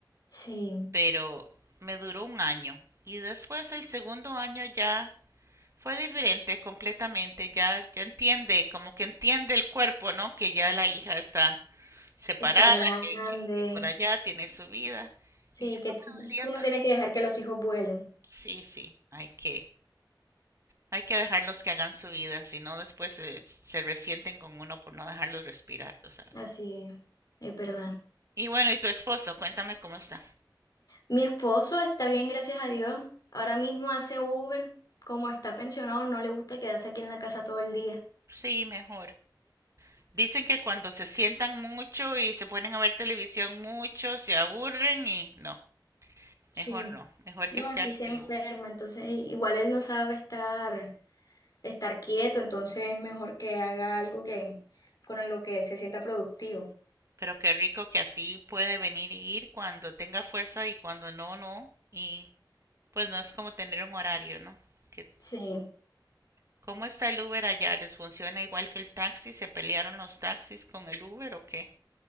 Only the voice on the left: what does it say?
Sí,
está grande.
Sí,
que,
ti-
es
que uno
tiene que dejar que los hijos vuelen.
Así es, es verdad.
Mi esposo está bien, gracias a Dios. Ahora mismo hace Uber. Como está pensionado, no le gusta quedarse aquí en la casa todo el día.
Sí,
no,
así
se enferma. Entonces, igual él no sabe estar. estar quieto, entonces es mejor que haga algo que con lo que él se sienta productivo.
Sí,